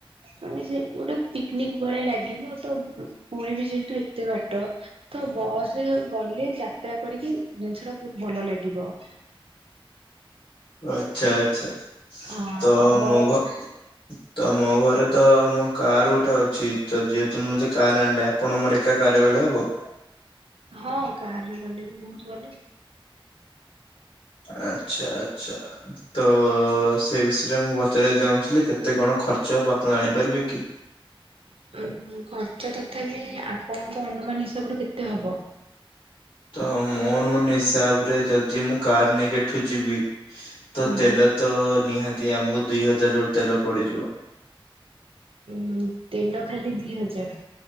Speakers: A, on the right (about 85°); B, on the left (about 65°).
A: ମାନେ ସେ ଗୋଟେ ପିକନିକ ଭଳିଆ ଲାଗିବ ତ ପୁରୀ ବି ଯେହେତୁ ଏତେ ବାଟ ତ ବସ ରେ ଗଲେ ଯାତ୍ରା କରିକି ଜିନିଷ ଟା ବହୁତ ଭଲ ଲାଗିବ।
B: ଆଛା ଆଛା
A: ହଁ
B: ତ
A: ଆଉ ବସ୍
B: ମଗ ତ ମୋ ଘରେ ତ ମୋ କାର୍ ଗୋଟେ ଅଛି, ତ ଯେହେତୁ ମୁଁ ତ କାର୍ ଆଣିଲି ଆପଣ ମୋର ଏକା କାର ରେ ଗଲେ ହବ?
A: ହଁ କାରରେ ଗଲେ ବି ବହୁତ ଭଲ।
B: ଆଛା ଆଛା। ତ ସେ ବିଷୟରେ ମୁଁ ପଚେଇବାକୁ ଚାହୁଁଥିଲି କେତେ କଣ ଖର୍ଚ୍ଚ ହେବ ଆପଣ ଜାଣିପାରିବେ କି
A: ଖର୍ଚ୍ଚ ତଥାପି ଆପଣଙ୍କ ଅନୁମାନ ହିସାବରୁ କେତେ ହବ
B: ତ ମୋ ମୋନ ହିସାବରେ ଯଦି ମୁଁ କାର ନେଇକି ଏଠୁ ଯିବି ତ
A: ହଁ
B: ତେଲ ତ ନିହାତି ଆମକୁ ଦିଇ ହଜାର ର ତେଲ ପଡିଯିବ
A: ଉଁ ତେଲ ଖାଲି ଦି ହଜାର